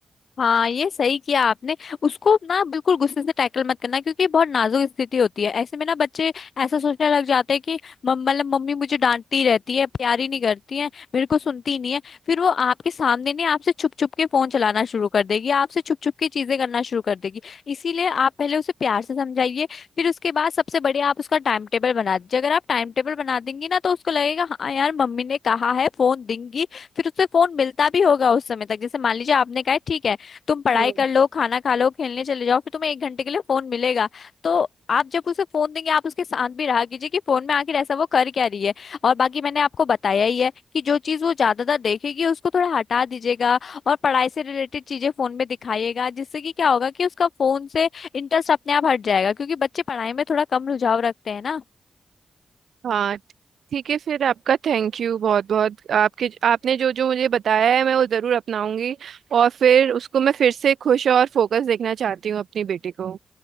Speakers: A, on the left; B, on the right.
A: हाँ ये सही किया आपने उसको ना बिल्कुल गुस्से से टैकल मत करना क्योंकि बहुत नाजुक स्थिति होती है ऐसे में ना बच्चे ऐसा सोचने लग जाते हैं कि मम- मतलब मम्मी मुझे डांटती रहती है प्यार ही नहीं करती है मेरे को सुनती ही नहीं है फिर वो आपके सामने नहीं आपसे छुप छुप के फोन चलाना शुरू कर देगी आपसे छुप छुप के चीजें करना शुरू कर देगी इसीलिए आप पहले उसे प्यार से समझाइए फिर उसके बाद सबसे बढ़िया आप उसका टाइम टेबल बना दीजिए अगर आप टाइम टेबल बना देंगी ना तो उसको लगेगा हाँ यार मम्मी ने कहा है फोन देंगी फिर उससे फोन मिलता भी होगा उस समय तक जैसे मान लीजिए आपने कहा है, ठीक है तुम पढ़ाई
B: हम्म
A: कर लो खाना खा लो खेलने चले जाओ फिर तुम्हें एक घंटे के लिए फोन मिलेगा तो आप जब उसे फोन देंगे आप उसके साथ भी रहा कीजिए कि फोन में आखिर ऐसा वो कर क्या रही है और बाकी मैंने आपको बताया ही है कि जो चीज वो ज्यादातर देखेगी उसको थोड़ा हटा दीजिएगा और पढ़ाई से रिलेटेड चीजें फोन में दिखाइएगा जिससे कि क्या होगा कि उसका फोन से इंटरेस्ट अपने आप हट जाएगा क्योंकि बच्चे पढ़ाई में थोड़ा कम रुझाव रखते हैं ना
B: हाँ ठीक है फिर आपका थैंक यू बहुत बहुत आपके आपने जो जो मुझे बताया है मैं वो जरूर अपनाऊंगी और फिर उसको मैं फिर से खुश और फोकस देखना चाहती हूँ अपनी बेटी को